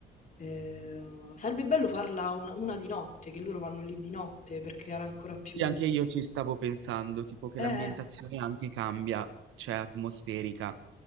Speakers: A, on the left; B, on the right.
A: Eh, sarebbe bello farla una, una di notte, che loro vanno lì di notte per creare ancora più...
B: Sì, anche io ci stavo pensando, tipo che
A: Eh,
B: l'ambientazione
A: eh,
B: anche cambia, cioè atmosferica,